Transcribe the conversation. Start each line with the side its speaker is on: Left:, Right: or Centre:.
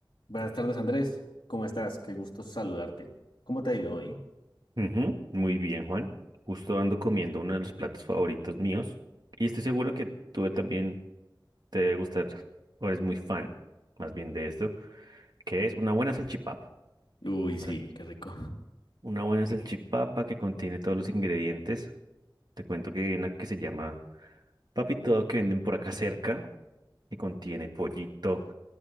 Left: Buenas tardes, Andrés. ¿Cómo estás? Qué gusto saludarte. ¿Cómo te ha ido hoy?
Right: Ujú, Muy bien, Juan. Justo ando comiendo uno de los platos favoritos míos y estoy seguro que tú también te debe gustar o eres muy fan más bien de esto, que es una buena salchipapa.
Left: Uy,
Right: Una
Left: sí,
Right: sal-
Left: qué rico.
Right: una buena salchipapa que contiene todos los ingredientes. Te cuento que hay una que se llama Papito que venden por acá cerca y contiene pollito,